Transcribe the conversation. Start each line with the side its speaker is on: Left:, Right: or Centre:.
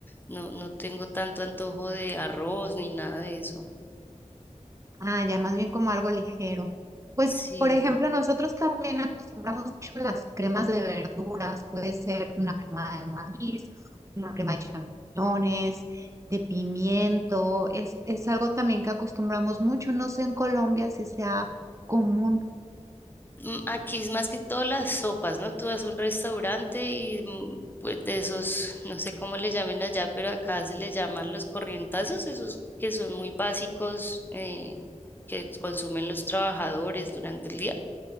Left: No, no tengo tanto antojo de arroz ni nada de eso.
Right: Ah, ya más bien como algo ligero. Pues,
Left: Sí,
Right: por ejemplo, nosotros también acostumbramos mucho las cremas de verduras. Puede ser una crema de maíz, una crema de champiñones, de pimiento. Es, es algo también que acostumbramos mucho. No sé en Colombia si sea común.
Left: mm, Aquí es más que todo las sopas, ¿no? Tú vas a un restaurante y mm, pues de esos, no sé cómo le llamen allá, pero acá se les llaman los corrientazos, esos que son muy básicos, eh, que consumen los trabajadores durante el día.